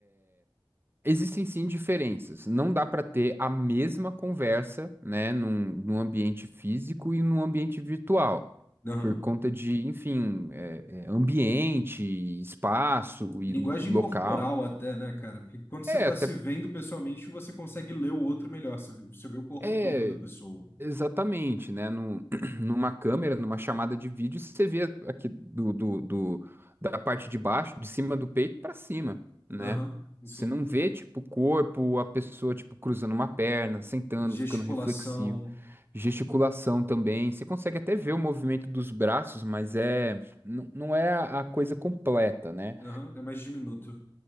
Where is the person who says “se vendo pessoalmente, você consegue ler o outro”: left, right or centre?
Left